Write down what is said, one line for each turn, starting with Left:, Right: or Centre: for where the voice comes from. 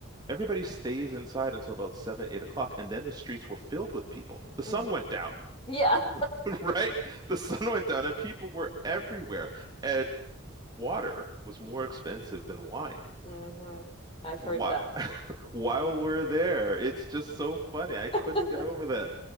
Right: everybody stays inside until about seven, eight o'clock, and then the streets were filled with people. The sun
Left: hmm
Right: went down,
Left: Yeah.
Right: <laughs> right? The sun went down, and people were everywhere. And water was more expensive than wine.
Left: hmm I've heard
Right: Why,
Left: that.
Right: <laughs> while we're there, it's just so funny. I couldn't
Left: <laughs>
Right: get over that.